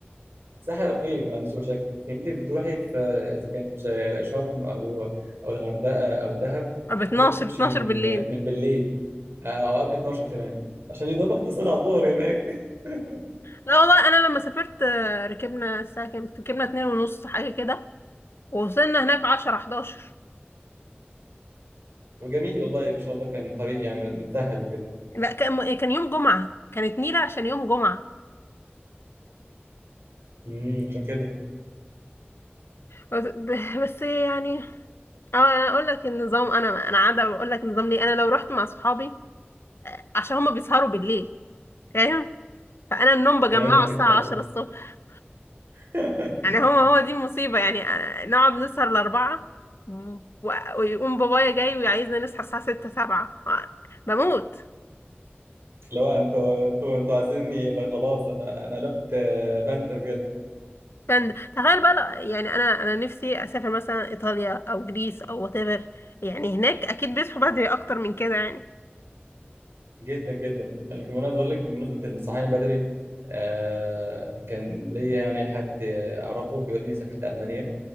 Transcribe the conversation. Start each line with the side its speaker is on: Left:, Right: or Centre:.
Right: ساحل اوكي ما عنديش مشاكل لكن انت بتروحي في اذا كانت شرم او او الغردقه او دهب
Left: ب 12
Right: لازم تمشي
Left: 12
Right: من
Left: بالليل
Right: من بالليل آه، او قبل 12 كمان عشان يضربك تصل على الظهر هناك <laughs>
Left: لا والله انا لما سافرت اه، ركبنا الساعة كام؟ ركبنا اتنين ونص حاجة كده ووصلنا هناك 10 11
Right: وجميل والله ما شاء الله كان طريق يعني متسهل وكده
Left: لا كان كان يوم جمعة كانت نيلة عشان يوم جمعة
Right: امم عشان كده
Left: بس <laughs> بس يعني أه انا اقول لك النظام انا انا عاده بقول لك النظام ليه انا لو رحت مع صحابي عشان هما بيسهروا بالليل فاهم فانا النوم بجمعه
Right: فهمتك
Left: الساعه
Right: طبعا
Left: 10 الصبح
Right: <laughs>
Left: يعني هو هو دي المصيبه يعني أنا- نقعد نسهر لاربعه و- ويقوم بابايا جاي وعايزنا نصحى الساعه 6 7 بموت
Right: اللي هو انتوا انتوا انتوا عايزيني يبقى خلاص انا انا قلبت آه، باندا بجد
Left: فن- تخيل بقى لو- يعني انا انا نفسي اسافر مثلا ايطاليا او جريس او وات ايفر يعني هناك اكيد بيصحوا بدري اكتر من كده يعني
Right: جدا جدا انا كمان عايز اقول لك بمناسبه الصحيان بدري آه كان ليا يعني حد اعرفه بيقول لي سافرت المانيا